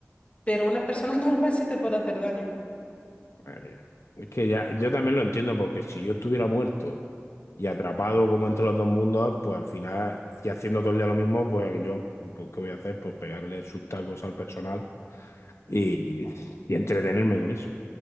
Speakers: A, on the left; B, on the left.
A: Pero una persona <laughs> normal sí te puede hacer daño.
B: Madre mía. Es que ya, yo también lo entiendo, porque si yo estuviera muerto y atrapado como entre los dos mundos, pues al final, y haciendo todo el día lo mismo, pues yo, pues, ¿qué voy a hacer? Pues pegarle sus tacos al personal y, y entretenerme con eso.